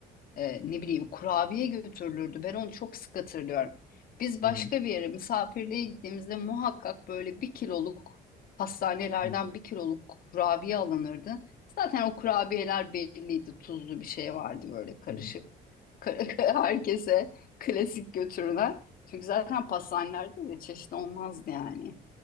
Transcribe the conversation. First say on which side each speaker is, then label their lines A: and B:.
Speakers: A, on the left (about 60°); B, on the left (about 20°).
A: e, ne bileyim kurabiye götürülürdü. Ben onu çok sık hatırlıyorum. Biz
B: Hı
A: başka
B: hı.
A: bir yere misafirliğe gittiğimizde muhakkak böyle bir kiloluk pastanelerden
B: Hı hı.
A: bir kiloluk kurabiye alınırdı. Zaten o kurabiyeler belliydi. Tuzlu bir şey vardı böyle karışık.
B: Hı hı.
A: Ka- <laughs> Herkese klasik götürülen. Çünkü zaten pastanelerde de çeşitli olmazdı yani.